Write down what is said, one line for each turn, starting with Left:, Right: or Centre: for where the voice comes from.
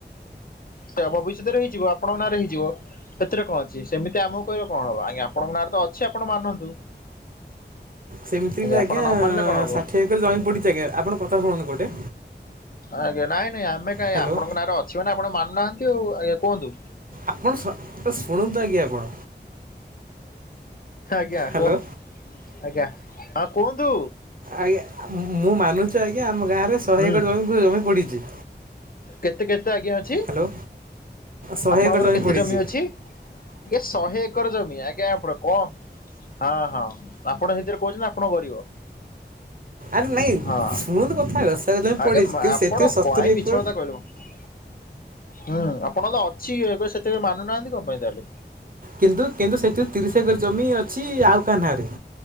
Left: ଏହା ଭବିଷ୍ୟତରେ ହେଇଯିବ ଆପଣଙ୍କ ନାଁରେ ହେଇଯିବ। ଏଥିରେ କଣ ଅଛି ସେମିତି ଆମକୁ କହିଲେ କଣ ହବ ଆଜ୍ଞା ଆପଣଙ୍କ ନାଁରେ ତ ଅଛି ଆପଣ ମାନନ୍ତୁ।
Right: ସେମିତି ବି ଆଜ୍ଞା
Left: ଆପଣ ନ ମାନିଲେ କଣ ହବ
Right: ଷାଠିଏ ଏକର ଜମ ପଡ଼ିଚି ଆଜ୍ଞା ଆପଣ କଥା ଶୁଣନ୍ତୁ ଗୋଟେ
Left: ଆଜ୍ଞା ନାଇଁ ନାଇଁ ଆମେ କାଇଁ
Right: ହ୍ୟାଲୋ
Left: ଆପଣଙ୍କ ନାଁରେ ଅଛି ମାନେ ଆପଣ ମାନୁନାହାନ୍ତି ଆଉ ଆଜ୍ଞା କୁହନ୍ତୁ?
Right: ଆପଣ ଶୁ-ଶୁଣନ୍ତୁ ଆଜ୍ଞା ଆପଣ।
Left: ଆଜ୍ଞା
Right: ହ୍ୟାଲୋ
Left: କୁହନ୍ତୁ ଆଜ୍ଞା ହଁ କୁହନ୍ତୁ।
Right: ଆଜ୍ଞା ଆ ମୁଁ ମାନୁଚି ଆଜ୍ଞା ଆମ ଗାଁରେ ଶହେ
Left: ହୁଁ
Right: ଏକର ଜମିକୁ ଜମି ପଡିଚି।
Left: କେତେ କେତେ ଆଜ୍ଞା ଅଛି
Right: ହ୍ୟାଲୋ ଶହେ
Left: ଆପଣଙ୍କର
Right: ଏକର
Left: କେତେ
Right: ପଡ଼ିଛି
Left: ଜମି ଅଛି? ଏ ଶହେ ଏକର ଜମି ଆଜ୍ଞା ଆପଣ କଁ ହଁ ହଁ ଆପଣ ହେଇଥିରେ କୋହୁଚନ୍ତି ଆପଣ ଗରିବ।
Right: ଆରେ ନାଇଁ
Left: ହଁ
Right: ଶୁଣନ୍ତୁ କଥା ଆଗ ଦଶହଜାର ଯାଏଁ
Left: ଆଜ୍ଞା
Right: ପଡିଚି କିନ୍ତୁ
Left: ଆପଣ
Right: ସେଥିରୁ ଶତୁରି
Left: କାଇଁ ମିଛ
Right: ଏକ
Left: କଥା କହିଲୁ କ ହଁ ଆଁ ଆପଣଙ୍କ ତ ଅଛି ଏବେ ସେଥିରେ ମାନୁନାହାନ୍ତି କଣ ପାଇଁ ତାହେଲେ?
Right: କିନ୍ତୁ କିନ୍ତୁ ସେଥିରୁ ତିରିଶ ଏକର ଜମି ଅଛି ଆଉ କାହା ନାଁରେ।